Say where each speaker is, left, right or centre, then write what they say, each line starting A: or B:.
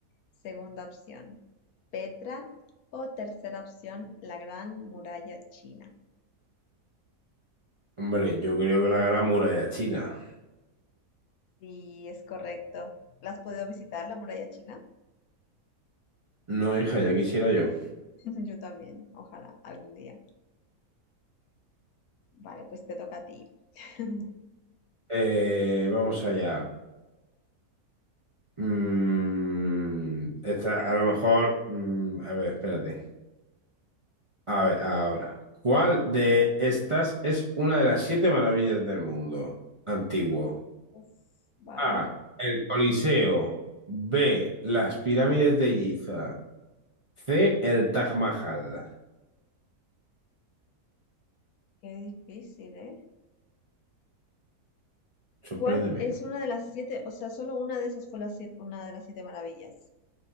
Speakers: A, on the left; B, on the right.
A: Segunda opción, Petra o tercera opción, la Gran Muralla China.
B: Hombre, yo creo que la Gran Muralla China.
A: Sí, es correcto. ¿La has podido visitar, la Muralla China?
B: No, hija, ya quisiera yo.
A: <laughs> Yo también, ojalá, algún día. Vale, pues te toca a ti. <laughs>
B: Eh, vamos allá. Mm, esta, a lo mejor. mm, a ver, espérate. A ver, ahora. ¿Cuál de estas es una de las siete maravillas del mundo antiguo?
A: Uf, vale,
B: A. El Coliseo. B. Las pirámides de Giza. C. El Taj Mahal.
A: qué difícil, ¿eh?
B: Sorpréndeme.
A: ¿Cuál es una de las siete? O sea, solo una de esas fue la siete- una de las siete maravillas.